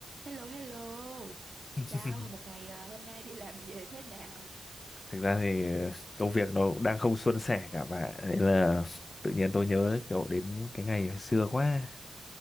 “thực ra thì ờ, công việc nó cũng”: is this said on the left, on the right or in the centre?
Left